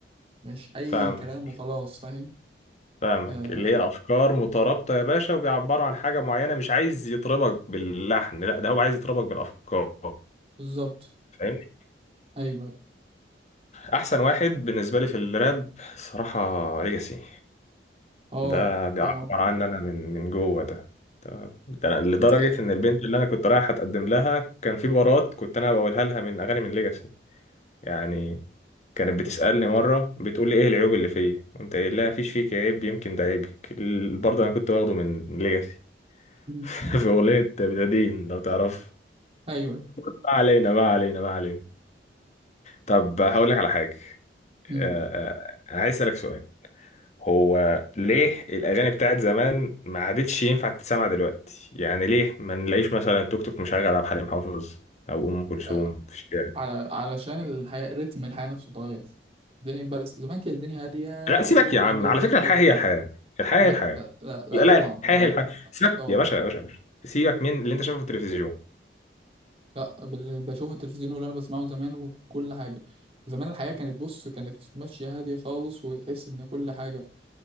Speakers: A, on the right; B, on the left.
A: مش اي
B: فاهمك
A: كلام وخلاص فاهم
B: فاهمك
A: آه
B: اللي هي افكار مترابطة يا باشا وبيعبروا عن حاجة معينة مش عايز يطربك باللحن لا ده هو عايز يطربك بالافكار
A: بالظبط
B: فاهمني
A: ايوه ايوه
B: احسن واحد بالنسبة لي في الراب صراحة ليجاسي
A: اه
B: ده بيعبر
A: اه
B: عني انا من من جوه ده تمام ده أنا لدرجه
A: ته-
B: ان البنت اللي انا كنت رايح اتقدم لها كان في بارات كنت انا بقولها لها من اغاني من ليجاسي يعني كانت بتسالني مره بتقول لي ايه العيوب اللي فيا قمت قايل لها مفيش فيك عيب يمكن ده عيبك ال- برضه انا كنت واخده من ليجاسي
A: مم.
B: <laughs> في اغنيه بدادين لو تعرف
A: ايوه ايوه
B: ما علينا ما علينا ما علينا طب هقول لك على حاجه
A: مم.
B: آه، آه، عايز اسالك سؤال هو ليه الأغاني بتاعت زمان ما عادتش ينفع تتسمع دلوقتي يعني ليه ما نلاقيش مثلا توك توك مشغل عبد الحليم حافظ أو أم كلثوم
A: آه
B: في الشارع
A: على علشان الحياه رتم الحياه نفسه اتغير الدنيا امبارح زمان كانت الدنيا هاديه
B: لا سيبك
A: جدا
B: يا عم
A: جدا
B: على فكرة
A: جدا
B: الحياة هي الحياة الحياة
A: لا
B: هي الحياة
A: لا لا, لا
B: لا لا
A: طبعا
B: الحياة
A: طبعا
B: هي الحياة سيبك
A: طبعا
B: يا باشا يا باشا يا باشا. سيبك من اللي أنت شايفه في التلفزيون
A: لا بال- بشوف التلفزيون واللي انا بسمعه زمان وكل حاجه زمان الحياه كانت بص كانت ماشيه هاديه خالص وتحس ان كل حاجه